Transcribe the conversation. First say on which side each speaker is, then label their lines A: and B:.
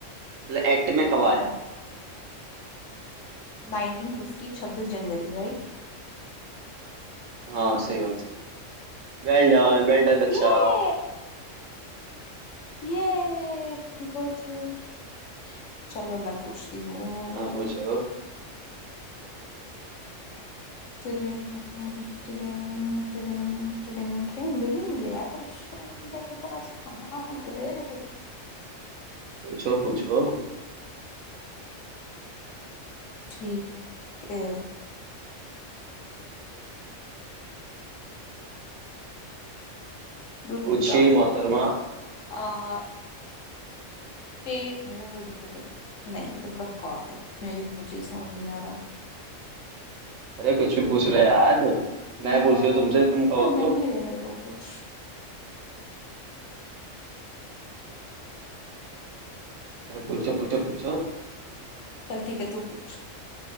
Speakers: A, on the right (about 85°); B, on the left (about 70°).
A: मतलब एक्ट में कब आया
B: 1950 26 जनवरी राइट
A: हाँ सही बात सही वेल डन वेल डन बच्चा
B: ये ये गॉट इट चलो मैं पूछती हूँ
A: हाँ पूछो
B: टिडिंग टिडिंग टिडिंग टिडिंग टिडिंग मिल ही नहीं रहा क्वेश्चन मेरे पास कहाँ गए
A: पूछो पूछो
B: ठीक है रुक
A: पूछिए
B: जा
A: मोहतरमा
B: आ स्टेट हेड ऑफ एग्जीक्यूटिव नहीं ये तो बड़ा बेकार सा कुछ मुझे मुझे ही समझ नहीं आ रहा
A: अरे कुछ भी पूछ लो यार मैं
B: हम्म
A: पूछ रहा हूँ तुमसे तुम कहो
B: क्या मिल
A: तो
B: नहीं रहा मेरे को कुछ
A: अरे पूछो पूछो पूछो
B: चल ठीक है तू पूछ